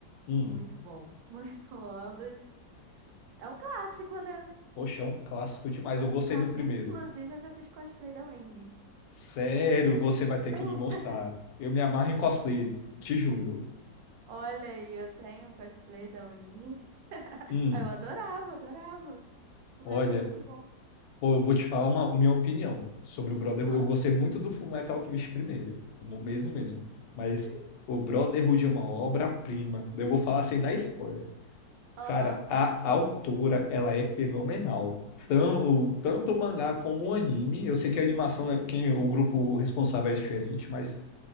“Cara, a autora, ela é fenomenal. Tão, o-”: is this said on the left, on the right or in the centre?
Left